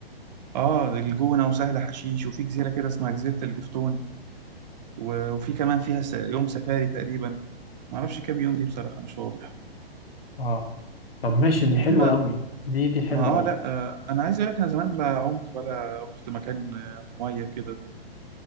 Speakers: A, on the right; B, on the left.
A: اه الجونة وسهل حشيش وفي جزيرة كده اسمها جزيرة الجفتون و- وفي كمان فيها س- يوم سفاري تقريبا معرفش كام يوم دي بصراحة مش واضح
B: اه طب ماشي دي حلوة
A: وفي بقى
B: قوي دي دي حلوة
A: ما
B: قوي
A: اه لا آه انا عايز اقول لك انا زمان لا عمت ولا رحت مكان آه، مية كده